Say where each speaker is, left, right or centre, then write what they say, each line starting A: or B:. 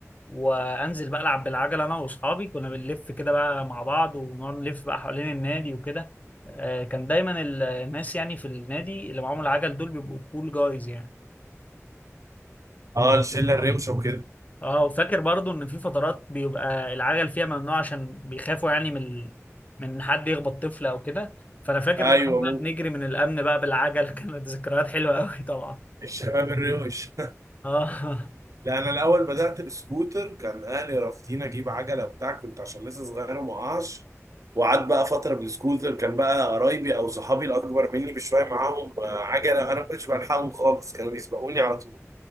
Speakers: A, on the left; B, on the right.
A: وانزل بقى العب بالعجلة انا واصحابي كنا بنلف كده بقى مع بعض ونقعد نلف بقى حوالين النادي وكده آه كان دايما الناس يعني في النادي اللي معاهم العجل دول بيبقوا كول جايز يعني
B: اه الشله الروشه وكده
A: اه وفاكر برضو ان في فترات بيبقى العجل فيها ممنوع عشان بيخافوا يعني من ال... من حد يخبط طفل او كده فانا فاكر
B: ايوه
A: بقى إحنا بقى
B: ممكن
A: بنجري من الامن بقى بالعجل <laughs> كانت ذكريات حلوه قوي طبعا
B: الشباب الروش
A: اه
B: <laughs> لا انا الاول بدات بسكوتر كان اهلي رافضين اجيب عجله وبتاع كنت عشان لسه صغير ومعاش وقعدت بقى فتره بالسكوتر كان بقى قرايبي او صحابي الاكبر مني بشويه معاهم آه، عجله انا ما كنتش بلحقهم خالص كانوا بيسبقوني على طول